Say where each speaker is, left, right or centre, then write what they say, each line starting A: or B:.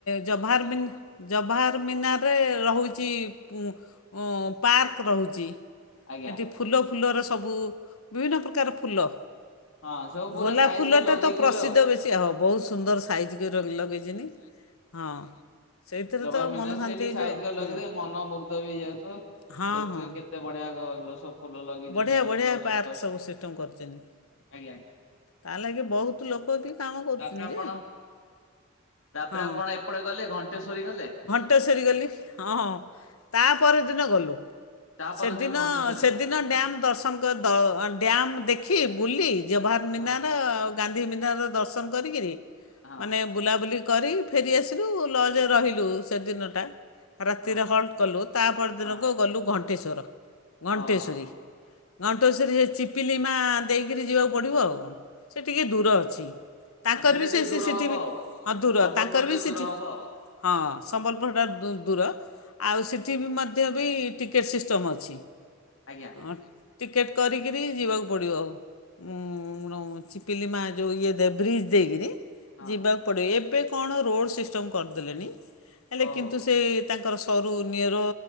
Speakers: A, on the left; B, on the left.
A: ଜବାହାର ବିନ୍ ଜବାହାର ମିନାରରେ ରହୁଛି ପୁଁ ଉଁ ପାର୍କ ରହୁଛି।
B: ଆଜ୍ଞା
A: ସେଠି ଫୁଲ ଫୁଲର ସବୁ ବିଭିନ୍ନ ପ୍ରକାର ଫୁଲ।
B: ହଁ ସବୁ ପୁରା
A: ଗୋଲାପ
B: ସାଇଜ
A: ଫୁଲ
B: କରି
A: ଟା
B: ଲଗେଇଥିବେ
A: ତ ପ୍ରସିଦ୍ଧ ବେଶି ଆଉ ହ ବହୁତ ସୁନ୍ଦର ସାଇଜ କରି ଲଗେଇ ହଁ। ସେଇଥିରେ
B: ଜବାହାର
A: ତ
B: ମିନାର
A: ମନ
B: ସେଇଠି
A: ଶାନ୍ତି ହେଇଯିବ
B: ସାଇଜି କରି ଲଗେଇ
A: ହୁଁ
B: ଥିବେ ମନମୁଗ୍ଧ ବି ହେଇଯାଉଥିବ ଦେଖୁଥିବ
A: ହଁ ହଁ।
B: କେତେ କେତେ ବଢିଆ ଗଛ ସବୁ ଫୁଲ ଲଗେଇଛନ୍ତି
A: ବଢ଼ିଆ
B: କେତେ
A: ବଢ଼ିଆ
B: ସବୁ
A: ପାର୍କ
B: ସୁନ୍ଦର
A: ସବୁ କରିଛନ୍ତି।
B: ଆଜ୍ଞା।
A: ତା ଲାଗି ବହୁତ ଲୋକ ବି କାମ କରୁଛନ୍ତି
B: ତାପରେ ଆପଣ
A: ଯେ
B: ତାପରେ
A: ହଁ।
B: ଆପଣ ଏପଟେ ଗଲେ ଘଣ୍ଟେଶ୍ଵରୀ ଗଲେ?
A: <unintelligible> ତା ପର ଦିନ ଗଲୁ।
B: ତା ପରଦିନ
A: ସେଦିନ
B: ଘଣ୍ଟେଶ୍ଵରୀ
A: ସେ
B: ଗଲେ।
A: ଡ୍ୟାମ୍ ଦର୍ଶନ କରି ଦ ଡ୍ୟାମ୍ ଦେଖି ବୁଲି ଜବାହାର ମିନାର
B: ହଁ
A: ଗାନ୍ଧୀ ମିିନ୍ଧାରାର ଦର୍ଶନ କରିକିରି,
B: ହଁ
A: ମାନେ ବୁଲାବୁଲି କରି ଫେରିଆସିଲୁ ଲଜ୍ ରହିଲୁ ସେଦିନଟା। ରାତିରେ
B: ହଁ
A: ହଲ୍ଟ କଲୁ ତାପଦିନକୁ
B: ହଁ
A: ଗଲୁ ଘଣ୍ଟେଶ୍ୱର। ଘଣ୍ଟେଶ୍ୱରୀ।
B: ଓହୋ ହଁ
A: ଘଣ୍ଟେଶ୍ୱରୀ ରେ ଚି ପିପିଲି ମା ଦେଇକିରି ଯିବାକୁ ପଡ଼ିବ ଆଉ, ସେ ଟିକିଏ ଦୂର ଅଛି। ତାଙ୍କର
B: ଆଉ ସେଇଟା
A: ବି
B: ଟିକେ
A: ସେ
B: ଦୂର
A: ଶିଶିଟିବି
B: ହବ ଆଉ।
A: ହଁ ଦୂର,
B: ସମ୍ବଲପୁର
A: ତାଙ୍କର
B: ଟିକେ
A: ବି
B: ଦୂର
A: ସିଠି
B: ହବ
A: ହଁ ସମ୍ବଲପୁରଟା ଠୁ ଦୂର। ଆଉ ସେଠି ବି ମଧ୍ୟ ବି ଟିକେଟ୍ ସିଷ୍ଟମ୍ ଅଛି।
B: ଆଜ୍ଞା।
A: ହଁ ଟିକେଟ୍ କରିକରି ଯିବାକୁ ପଡ଼ିବ ଆଉ। ମୁଁ ଚିପିଲି ମା ଯୋଉ ଇଏ ବ୍ରିଜ୍ ଦେଇକିରି।
B: ହଁ
A: ଯିବାକୁ ପଡ଼ିବ। ଏବେ କଣ ରୋଡ଼ ସିଷ୍ଟମ କରିଦେଲେଣିି ହେଲେ
B: ଓହୋ
A: କିନ୍ତୁ ସେ ତାଙ୍କର ସରୁ ନ୍ୟୁର